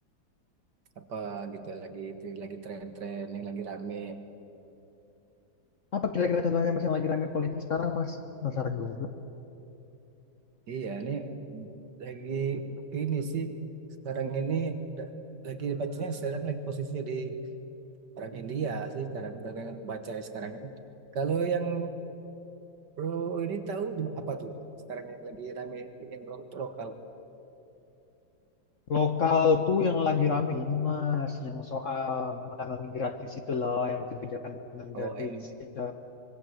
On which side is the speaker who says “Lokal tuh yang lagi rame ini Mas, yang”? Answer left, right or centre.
Left